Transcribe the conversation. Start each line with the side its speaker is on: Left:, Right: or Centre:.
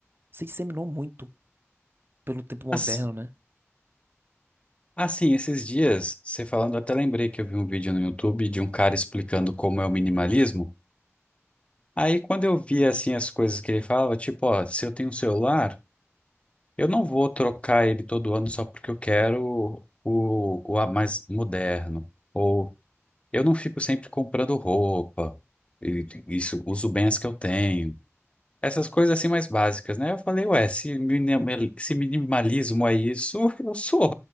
Right: se disseminou muito pelo tempo moderno,
Left: Mas,
Right: né?
Left: assim, esses dias, você falando, eu até lembrei que eu vi um vídeo no YouTube de um cara explicando como é o minimalismo. Aí, quando eu vi, assim, as coisas que ele falava, tipo, ó, se eu tenho um celular, eu não vou trocar ele todo ano só porque eu quero o, o a- mais moderno. Ou eu não fico sempre comprando roupa. E, isso, uso bem as que eu tenho. essas coisas assim mais básicas, né? Eu falei, ué, se, minimal- se minimalismo é isso, <laughs> eu sou.